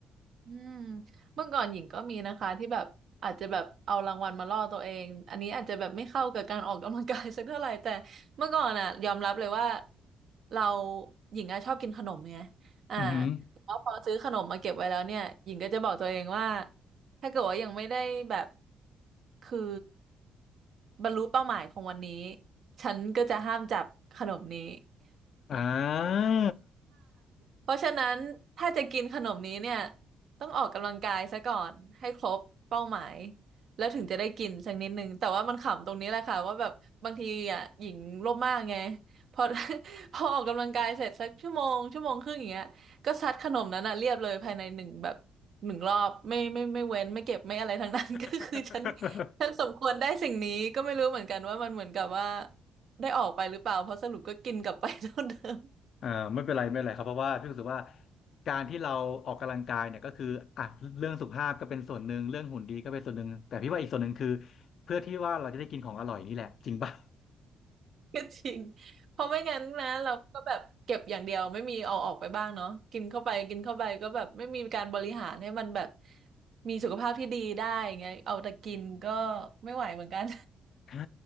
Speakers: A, on the right; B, on the left.
A: อืมเมื่อก่อนหญิงก็มีนะคะที่แบบอาจจะแบบเอารางวัลมาล่อตัวเองอันนี้อาจจะแบบไม่เข้ากับการออกกำลังกาย <laughs> สักเท่าไหร่แต่เมื่อก่อนอ่ะยอมรับเลยว่าเราหญิงอะชอบกินขนมไงอ่า
B: อือหือ
A: แต่ว่าพอซื้อขนมมาเก็บไว้แล้วเนี่ยหญิงก็จะบอกตัวเองว่าถ้าเกิดว่ายังไม่ได้แบบคือบรรลุเป้าหมายของวันนี้ฉันก็จะห้ามจับขนมนี้
B: อ่า
A: เพราะฉะนั้นถ้าจะกินขนมนี้เนี่ยต้องออกกำลังกายซะก่อนให้ครบเป้าหมายแล้วถึงจะได้กินสักนิดนึงแต่ว่ามันขำตรงนี้แหละค่ะว่าแบบบางทีอ่ะหญิงโลภมากไงพอ <laughs> พอออกกำลังกายเสร็จสักชั่วโมงชั่วโมงครึ่งอย่างเงี้ยก็ซัดขนมนั้นอ่ะเรียบเลยภายในหนึ่งแบบหนึ่งรอบไม่ไม่ไม่เว้นไม่เก็บไม่อะไร <laughs> ทั้งนั้น <laughs> ก็คือฉัน
B: <laughs>
A: ฉันสมควรได้สิ่งนี้ก็ไม่รู้เหมือนกันว่ามันเหมือนกับว่าได้ออกไปหรือเปล่าเพราะสรุปก็กินกลับไปเท่าเดิม
B: อ่าไม่เป็นไรไม่เป็นไรครับเพราะว่าพี่รู้สึกว่าการที่เราออกกำลังกายเนี่ยก็คืออ่ะเรื่องสุขภาพก็เป็นส่วนหนึ่งเรื่องหุ่นดีก็เป็นส่วนหนึ่งแต่พี่ว่าอีกส่วนหนึ่งคือเพื่อที่ว่าเราจะได้กินของอร่อยนี่แหละจริงป่ะ
A: ก็ <laughs> จริง เพราะไม่งั้นนะเราก็แบบเก็บอย่างเดียวไม่มีเอาออกไปบ้างเนาะกินเข้าไปกินเข้าไปก็แบบไม่มีการบริหารให้มันแบบมีสุขภาพที่ดีได้อย่างเงี้ยเอาแต่กินก็ไม่ไหวเหมือนกัน
B: ใช่